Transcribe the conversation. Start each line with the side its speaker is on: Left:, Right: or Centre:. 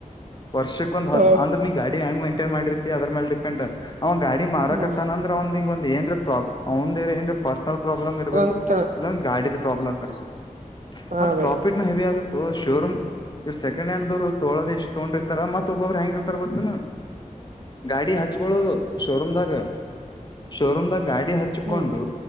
Left: ವರ್ಷಕ್ ಒಂದ್ ಹತ್
Right: ಹಾ
Left: ಅಂದ್ರ ನೀ ಗಾಡಿ ಹೆಂಗ ಮೈಂಟನ್ ಮಾಡಿತಿ ಅದ್ರ ಮೇಲೆ ಡಿಪೆಂಡ್ ಅವ ಗಾಡಿ ಮಾರಕತ್ತಾನ
Right: ಹ್ಮ್
Left: ಅಂದ್ರ ಅವಂದೀಗ ಒಂದ ಏನರೆ ಪ್ರಾಬ್ಲಮ್ ಅವಂದೇರೆ ಏನರೆ ಪರ್ಸನಲ್ ಪ್ರಾಬ್ಲಮ್ ಇರ್ಬೇಕ
Right: <inaudible>
Left: ಇಲ್ಲ ಒಂದ್ ಗಾಡಿದ ಪ್ರಾಬ್ಲಮ್ ಇರ್ಬೆಕ್
Right: ಹಾ
Left: ಮತ್ತ
Right: ಬೈ
Left: ಪ್ರಾಫಿಟನು ಹೆವಿ ಆಗುತ್ತೋ ಶೋರೂಮ್ ಇ ಸೆಕೆಂಡ್ ಹ್ಯಾಂಡ್ ದೋರು ತೋಳದ ಎಷ್ಟ್ ತಗೊಂಡಿರ್ತಾರ ಮತ್ತ ಒಬ್ಬಬ್ರು ಹೆಂಗ ಇರ್ತಾರ ಗೊತ್ತೇನ ಗಾಡಿ <inaudible> ಹಚ್ಕೋಳೋದು ಶೋರೂಮದಾಗ ಶೋರೂಮದಾಗ ಗಾಡಿ ಹಚ್ಕೊಂಡು
Right: ಹ್ಮ್